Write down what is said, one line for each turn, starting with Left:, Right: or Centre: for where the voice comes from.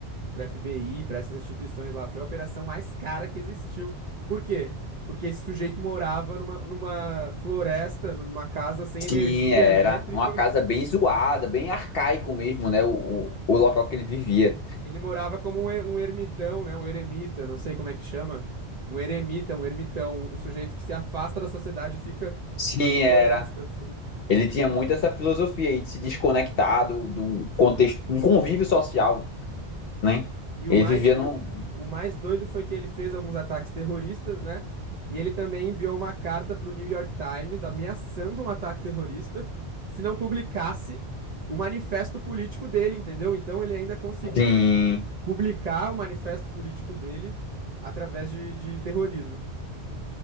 Right: para FBI, para essas instituições lá. Foi a operação mais cara que existiu. Por quê? Porque esse sujeito morava numa, numa floresta, numa casa sem energia
Left: Sim, era.
Right: elétrica.
Left: Uma casa bem zoada, bem arcaico mesmo, né? O, o, o local que ele vivia.
Right: Ele morava como um, e- um ermitão, né? Um eremita, não sei como é que chama. Um eremita, um ermitão, um sujeito que se afasta da sociedade e fica
Left: Sim,
Right: na floresta,
Left: era.
Right: assim.
Left: Ele tinha muito essa filosofia aí de se desconectar do, do contexto, um convívio social, né?
Right: E
Left: Ele
Right: o mais
Left: vivia num.
Right: O mais doido foi que ele fez alguns ataques terroristas, né? E ele também enviou uma carta para o New York Times ameaçando um ataque terrorista se não publicasse o manifesto político dele, entendeu? Então ele ainda conseguiu
Left: Sim,
Right: publicar o manifesto político dele através de, de terrorismo.